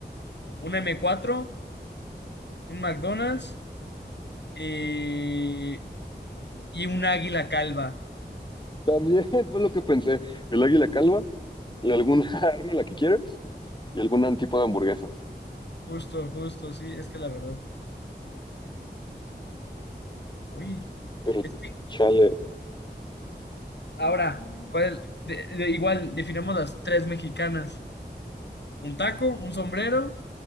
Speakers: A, on the left; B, on the left.
A: un m cuatro un McDonald's y, y un águila calva.
B: También <laughs> fue lo que pensé, el águila calva, y alguna <laughs> arma la que quieras, y algún tipo de hamburguesas.
A: Justo, justo, sí, es que la verdad. Oye,
B: Pero
A: es que
B: chale,
A: ahora, ¿cuál? de- de- igual, definamos las tres mexicanas. Un taco, un sombrero